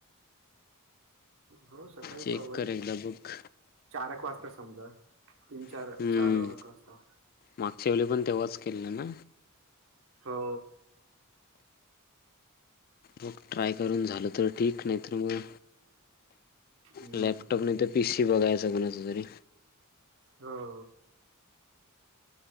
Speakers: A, on the right (about 65°); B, on the left (about 45°).
A: हो सकाळी
B: चेक
A: बा होईल
B: कर एकदा बघ
A: चार एक वाजता समजा तीन चार
B: हम्म
A: चार वळख वाजता
B: मागच्या वेळी पण तेव्हाच केलेलं ना
A: हो.
B: मग ट्राय करून झालं तर ठीक नाही तर मग
A: हम्म
B: लॅपटॉपने तर पीसी बघायचंग ना कोणाचा तरी
A: हो.